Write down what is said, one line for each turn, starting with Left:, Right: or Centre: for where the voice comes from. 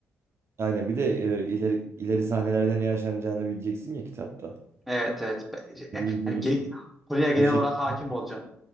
Right: Aynen bir de e, ileri, ileri sahnelerde ne yaşanacağını bileceksin ya kitapta.
Centre: Evet evet. Be- şey,
Right: İzleriz.
Centre: e, Yani ge- konuya genel
Right: O şekilde.
Centre: olarak hakim olacağım.